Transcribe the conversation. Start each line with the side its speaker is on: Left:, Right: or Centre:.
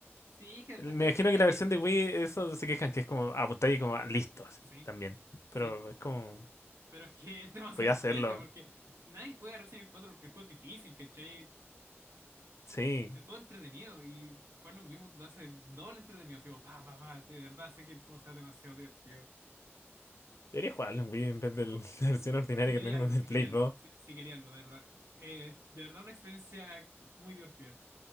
Right: Sí, es que después
Left: Me
Right: te das
Left: imagino
Right: cuenta
Left: que la
Right: que...
Left: versión de Wii, eso se quejan que es como apuntar y como ah, listo, así
Right: Sí,
Left: también. Pero
Right: sí,
Left: es como,
Right: pero es que <laughs> es demasiado
Left: voy a
Right: entrete,
Left: hacerlo.
Right: porque nadie juega Resident Evil Cuatro porque el juego es difícil, ¿cachai?
Left: Sí,
Right: El juego es entretenido y jugarlo en Wiimote lo hace el doble entretenido. Así como, pa, pa, pa, de verdad sé que el juego sea demasiado divertido.
Left: debería jugarlo en Wii en vez de
Right: Ju-
Left: <laughs> la versión ordinaria
Right: si quería
Left: que tengo
Right: hazlo,
Left: del
Right: si
Left: Play
Right: quería
Left: 2.
Right: hazlo, si, si quería hazlo, de verdad. Eh, de verdad una experiencia muy divertida.